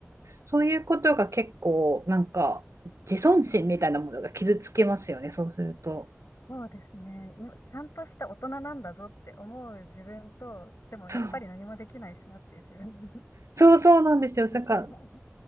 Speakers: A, on the right; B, on the left.
A: そういうことが結構、なんか、自尊心みたいなものが傷つきますよね、そうすると。
B: そうですね。今、ちゃんとした大人なんだぞって思う自分と、でもやっぱり何もできないしなっていう自分。
A: そう、そうそうなんですよ。
B: <laughs>
A: なんか